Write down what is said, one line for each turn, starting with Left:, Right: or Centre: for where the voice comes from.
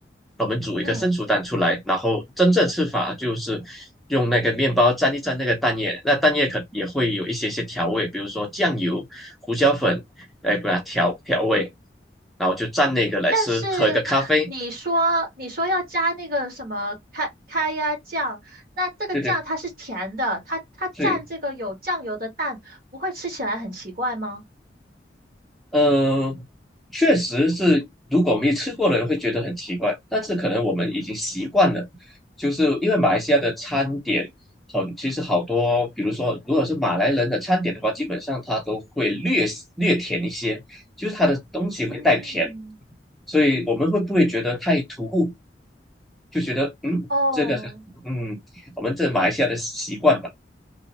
Centre: 我们煮一个生熟蛋出来，
Right: 嗯。
Centre: 然后真正吃法就是用那个面包沾一沾那个蛋液，那蛋液可也会有一些些调味，比如说酱油、胡椒粉。来把它调调味，然后就蘸那个来吃，
Right: 但是你说你说要加那个什么开开呀酱，
Centre: 喝一个咖啡。
Right: 那这个酱它是甜的，
Centre: 对对
Right: 它它蘸这个有酱油的蛋，
Centre: 对，
Right: 不会吃起来很奇怪吗？
Centre: 嗯、确实是，如果没吃过的人会觉得很奇怪，但是可能我们已经习惯了，就是因为马来西亚的餐点很，其实好多，比如说如果是马来人的餐点的话，基本上它都会略略甜一些，就是它的东西会带甜，
Right: 嗯，
Centre: 所以我们会不会觉得太突兀，就觉得嗯，
Right: 哦。
Centre: 这个嗯，我们这马来西亚的习惯吧。